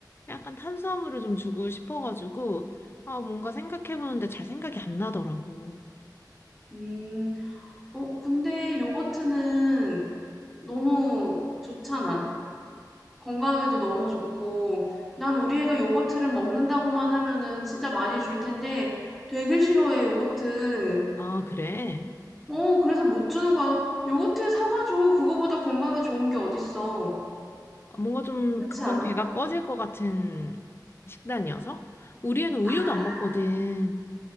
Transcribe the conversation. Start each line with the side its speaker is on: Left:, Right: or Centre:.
Left: 약간 탄수화물을 좀 주고 싶어가지고, 아, 뭔가 생각해보는데 잘 생각이 안 나더라고.
Centre: 음. 어 근데 요거트는 너무 좋잖아. 건강에도 너무 좋고 난 우리 애가 요거트를 먹는다고만 하면은 진짜 많이 줄 텐데 되게 싫어해 요거트.
Left: 아, 그래?
Centre: 어 그래서 못 주는 거야. 요거트 사과 줘. 그거보다 건강에 좋은 게 어딨어.
Left: 뭔가 좀
Centre: 그렇지
Left: 금방
Centre: 않아?
Left: 배가 꺼질 것 같은 식단이어서? 우리 애는 우유도
Centre: 아,
Left: 안 먹거든.